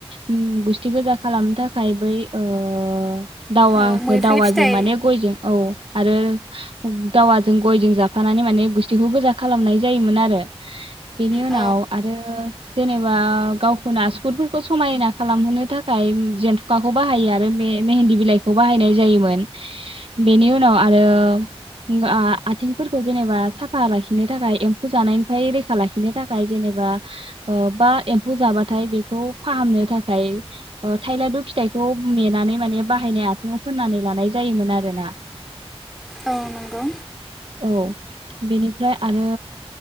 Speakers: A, on the right; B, in the centre.
A: उम गुस्थि गोजा खालामनो थाखाय फायबै ओ दावाखो
B: औ मैफ्राय
A: दावाजों
B: फिथाइ
A: माने गयजों औ आरो दावाजों गयजों जाफ फानानै माने गुस्थिखौ गोजा खालामनाय जायोमोन आरो। बेनि उनाव
B: औ
A: आरो जेनेबा गावखौनो आसगुरफोरखौ समायना खालाम होनो थाखाय जेनथ खुखाखौ बाहायो आरोे मे-मेहेनदि बिलाइखौ बाहायनाय जायोमोन। बेनि उनाव आरो। उम आ-आथिंफोरखौ जेनेबा साफा लाखिनो थाखाय एम्फौ जानायनिफ्राय रैखा लाखिनो थाखाय जेनेबा बा ओ-बा एम्फौ जाबाथाय बेखौ फाहामनो थाखाय ओ थायलाद' फि फिथाइखौ मेनानै माने बाहायनाय आथिङाव फोननानै लानाय जायोमोन आरोना।
B: औ नंगौ।
A: औ बेनिफ्राय आरो